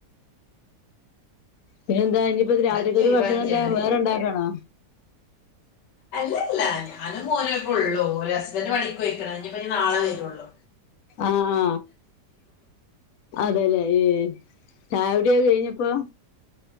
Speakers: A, on the left; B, on the left.
A: പിന്നെന്താ ഇഞ്ഞ്പ്പൊ
B: ഒഴിവാക്കി
A: രാത്രികത്തെ
B: ഒഴിവാക്കിയാണ്
A: ഭക്ഷണന്താ വേറെണ്ടാക്കണോ?
B: അല്ലല്ല ഞാനും മോനെപ്പൊള്ളൂ ഓര് ഹസ്ബൻഡറ് പണിക്കോയ്ക്ക്ണ് ഇഞ്‌പ്പഞ്ഞ് നാളെ വെരൊള്ളു
A: ആഹാ അതെലേ ഏഹ് ചായൊടിക്കെ കഴിഞ്ഞപ്പോ?